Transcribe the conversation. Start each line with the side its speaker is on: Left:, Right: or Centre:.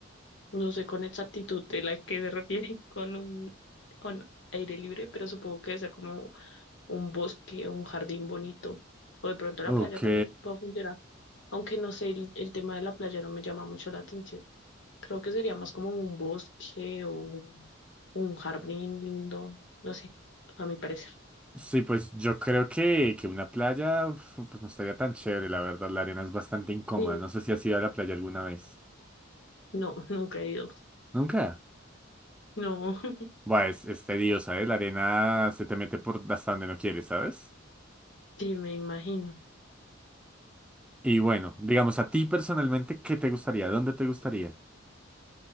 Left: no sé con exactitud de la que se refieren <laughs> con un con aire libre, pero supongo que debe ser como un bosque o un jardín bonito. O de pronto la
Centre: Ok,
Left: playa también puede funcionar. Aunque no sé, el, el tema de la playa no me llama mucho la atención. Creo que sería más como un bosque o un, un jardín lindo. No sé, a mi parecer.
Centre: sí, pues yo creo que, que una playa uf, pues no estaría tan chévere, la verdad, la arena es bastante incómoda.
Left: Sí,
Centre: No sé si has ido a la playa alguna vez.
Left: no, <laughs> nunca he ido.
Centre: ¿Nunca?
Left: No, <laughs>
Centre: Buah, es, es tediosa, ¿eh? La arena se te mete por hasta donde no quieres, ¿sabes?
Left: sí, me imagino.
Centre: Y bueno, digamos, a ti personalmente, ¿qué te gustaría? ¿Dónde te gustaría?